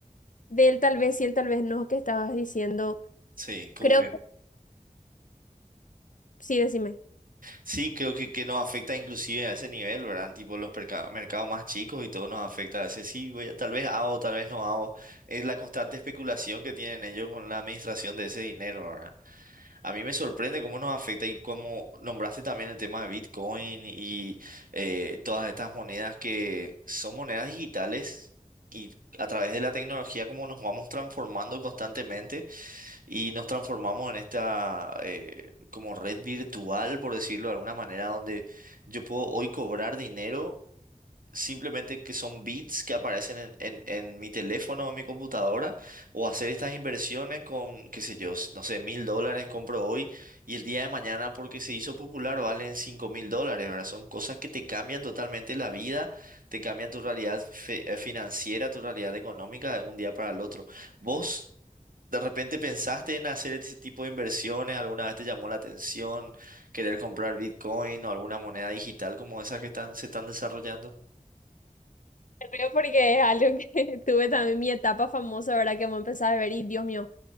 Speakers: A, on the left; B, on the right.
A: de él tal vez sí, él tal vez no, que estabas diciendo.
B: Sí, como
A: Creo
B: que
A: que sí, decime.
B: Sí, creo que, que nos afecta inclusive a ese nivel, ¿verdad? Tipo los perca- mercados más chicos y todo nos afecta a ese sí, voy a- tal vez hago, tal vez no hago. Es la constante especulación que tienen ellos con la administración de ese dinero, ¿verdad? A mí me sorprende cómo nos afecta y cómo nombraste también el tema de Bitcoin y eh, todas estas monedas que son monedas digitales y a través de la tecnología cómo nos vamos transformando constantemente y nos transformamos en esta eh, como red virtual, por decirlo de alguna manera, donde yo puedo hoy cobrar dinero simplemente que son bits que aparecen en, en, en mi teléfono o en mi computadora, o hacer estas inversiones con, qué sé yo, s- no sé, mil dólares compro hoy y el día de mañana porque se hizo popular valen cinco mil dólares, ¿verdad? Son cosas que te cambian totalmente la vida, te cambian tu realidad fe- eh, financiera, tu realidad económica de un día para el otro. ¿Vos? ¿De repente pensaste en hacer ese tipo de inversiones? ¿Alguna vez te llamó la atención querer comprar Bitcoin o alguna moneda digital como esas que están, se están desarrollando?
A: Me río porque es algo que <laughs> tuve también mi etapa famosa, ¿verdad? Que vos empezás a ver y Dios mío.